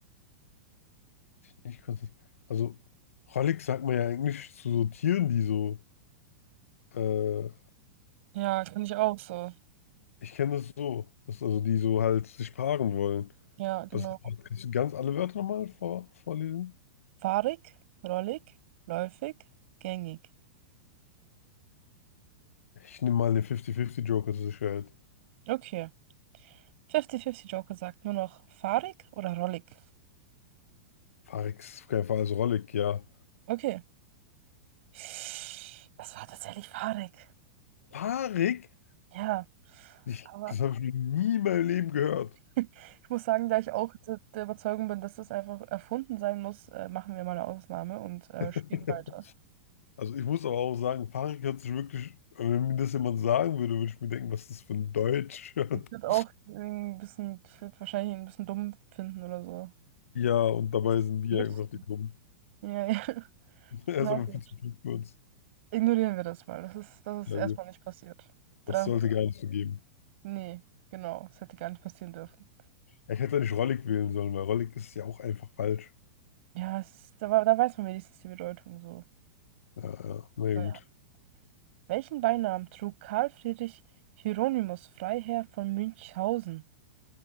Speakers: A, on the left; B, on the right.
A: Nicht konsistent. Also, Rollig sagt man ja eigentlich zu so Tieren, die so äh,
B: Ja, finde ich auch so.
A: Ich kenne das so, dass also die so halt sich paaren wollen.
B: Ja, genau.
A: Was, kannst du ganz alle Wörter nochmal vor, vorlesen?
B: Fahrig, rollig, läufig, gängig.
A: Ich nehme mal den 50-50-Joker zu zur Sicherheit.
B: Okay. 50-50 Joker sagt nur noch fahrig oder rollig.
A: Farix, auf keinen Fall, also Rollig, ja.
B: Okay. Es war tatsächlich fahrig.
A: Farik?
B: Ja.
A: Ich,
B: Aber
A: das habe ich noch nie in meinem Leben gehört.
B: <laughs> ich muss sagen, da ich auch der der Überzeugung bin, dass das einfach erfunden sein muss, äh, machen wir mal eine Ausnahme und äh,
A: <laughs>
B: spielen weiter.
A: Also ich muss aber auch sagen, Farik hört sich wirklich, also wenn mir das jemand sagen würde, würde ich mir denken, was ist das für ein Deutsch?
B: Ich
A: <laughs>
B: würde auch irgendwie ein bisschen, ich würde wahrscheinlich ihn ein bisschen dumm finden oder so.
A: Ja, und dabei
B: Was
A: sind wir
B: redest
A: einfach die
B: du?
A: Dummen.
B: Ja, ja. <laughs>
A: <laughs> Er
B: Na
A: ist aber
B: gut.
A: viel zu klug für uns.
B: Ignorieren wir das mal. Das ist, das
A: Ja
B: ist erstmal
A: gut,
B: nicht passiert. 300
A: das sollte gar nicht so geben.
B: Nee, genau. Es hätte gar nicht passieren dürfen.
A: Ja, ich hätte nicht Rollig wählen sollen, weil Rollig ist ja auch einfach falsch.
B: Ja, es ist, da, war- da weiß man wenigstens die Bedeutung so.
A: Ja, ja, naja,
B: Naja.
A: gut.
B: Welchen Beinamen trug Karl Friedrich Hieronymus Freiherr von Münchhausen?